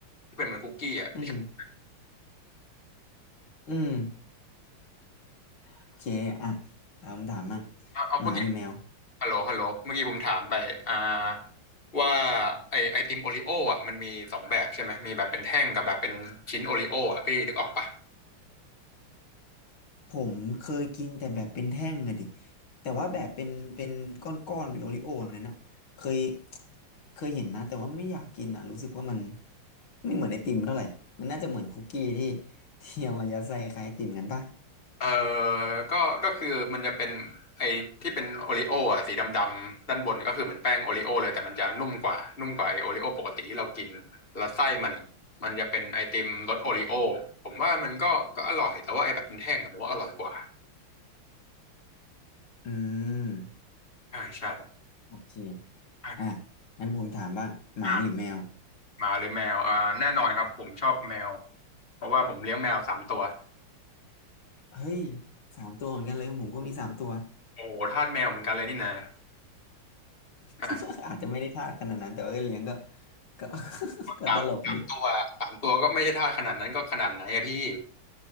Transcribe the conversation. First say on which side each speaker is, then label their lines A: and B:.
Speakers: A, on the left (about 25°); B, on the left (about 70°).
A: ที่เป็นเหมือนคุกกี้อะพี่ชอบ
B: อืมอืมโอเคอ่ะตามคำถามมั่ง
A: เอาเอาไป
B: หมาหรือแมว
A: ฮัลโหลฮัลโหลเมื่อกี้ผมถามไปอ่าว่าไอไอติมโอริโออ่ะมันมีสองแบบใช่ไหมมีแบบเป็นแท่งกับแบบเป็นชิ้นโอริโออ่ะพี่นึกออกปะ
B: ผมเคยกินแต่แบบเป็นแท่งอะดิแต่ว่าแบบเป็นเป็นก้อนๆเป็นโอริโอ้นั่นนะเคยเคยเห็นนะแต่ว่าไม่อยากกินอ่ะรู้สึกว่ามันไม่เหมือนไอติมเท่าไหร่มันน่าจะเหมือนคุกกี้ที่ที่เอามายัดใส่คล้ายไอติมกันปะ
A: เออก็ก็คือมันจะเป็นไอ้ที่เป็นโอริโออ่ะสีดำๆด้านบนก็คือเหมือนแป้งโอริโอเลยแต่มันจะนุ่มกว่านุ่มกว่าไอ้โอริโอปกติที่เรากินแล้วไส้มันอะมันจะเป็นไอติมรสโอริโอผมว่ามันก็ก็อร่อยแต่ว่าไอ้แบบเป็นแท่งอะผมว่าอร่อยกว่า
B: อืม
A: ใช่ใช่
B: โอเค
A: ใ
B: อ่ะงั้นผมถามบ้างหมาหรือแมว
A: ช่หมาหรือแมวอ่าแน่นอนครับผมชอบแมว เพราะว่าผมเลี้ยงแมวสามตัว
B: เฮ้ยสามตัวเหมือนกันเลยของผมก็มีสามตัว
A: โอ้โหทาสแมวเหมือนกันเลยนี่นะ
B: <laughs>
A: อ่ะ
B: อาจจะไม่ได้ทาสขนาดนั้นแต่ว่าเลี้ยงก็ก็ <laughs> ก็ตลกดิ
A: สามสามตัวสามตัวก็ไม่ใช่ทาสขนาดนั้นก็ขนาดไหนอะพี่